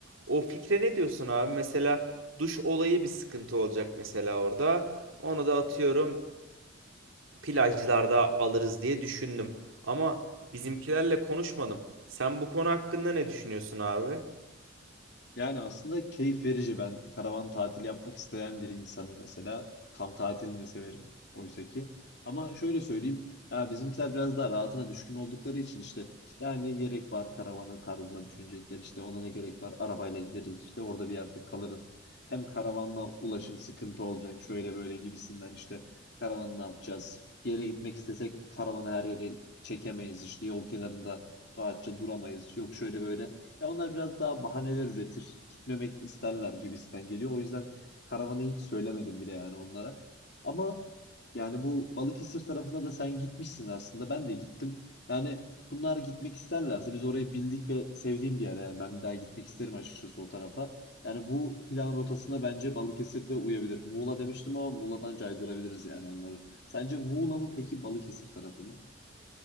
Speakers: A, on the right (about 85°); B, on the left (about 60°).
A: O fikre ne diyorsun abi? Mesela duş olayı bir sıkıntı olacak mesela orada. Onu da atıyorum plajlarda alırız diye düşündüm. Ama bizimkilerle konuşmadım. Sen bu konu hakkında ne düşünüyorsun abi?
B: Yani aslında keyif verici. Ben karavan tatili yapmak isteyen bir insanım mesela. Kamp tatilini de severim oysa ki. Ama şöyle söyleyeyim. Ya bizimkiler biraz daha rahatına düşkün oldukları için işte ya ne gerek var karavanı tarzında düşünecekler işte ona ne gerek var arabayla gideriz işte orada bir yerde kalırız. Hem karavanla ulaşım sıkıntı olacak şöyle böyle gibisinden işte karavanı ne yapacağız? Bir yere gitmek istesek karavanı her yere çekemeyiz işte yol kenarında rahatça duramayız. Yok şöyle böyle ya onlar biraz daha bahaneler üretir. Gitmemek isterler gibisinden geliyor. O yüzden karavanı hiç söylemedim bile yani onlara. Ama yani bu Balıkesir tarafına da sen gitmişsin aslında. Ben de gittim. Yani bunlar gitmek isterlerse biz orayı bildik ve sevdiğim bir yer. Yani ben bir daha gitmek isterim açıkçası o tarafa. Yani bu plan rotasına bence Balıkesir de uyabilir. Muğla demiştim ama Muğla'dan caydırabiliriz yani onları. Sence Muğla mı peki Balıkesir tarafı mı?